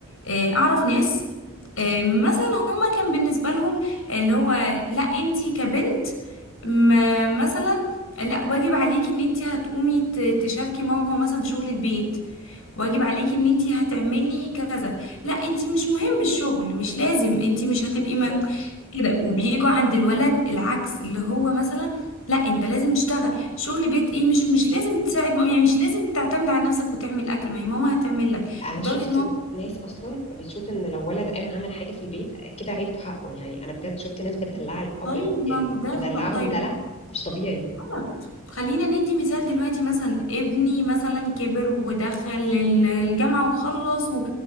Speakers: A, on the left (about 70°); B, on the left (about 30°).
A: آه، اعرف ناس آه، مثلا هما كان بالنسبه لهم اللي هو لا انتي كبنت ما مثلا لا واجب عليكي ان انتي هتقومي ت- تشاركي ماما مثلا في شغل البيت واجب عليكي ان انتي هتعملي كذا لا انتي مش مهم الشغل مش لازم انتي مش هتبقي
B: بالظبط
A: كده وبيجوا عند الولد العكس اللي هو مثلا لا انت لازم تشتغل شغل بيت ايه مش مش لازم تساعد ماما يعني مش لازم تعتمد على نفسك وتعمل اكل ما هي ماما هتعمل لك
B: انا
A: لدرجه
B: شفت
A: ان هو
B: ناس اصلا بتشوف ان لو ولد قام عمل حاجه في البيت كده عيب في حقه يعني انا بجد شفت ناس بتدلع الاب
A: طيب
B: ال-
A: ما
B: ال-
A: هو ده
B: بتدلعهم
A: غلط طيب
B: دلع مش طبيعي
A: غلط خلينا ندي مثال دلوقتي مثلا ابني مثلا كبر ودخل ال- الجامعه وخلص و...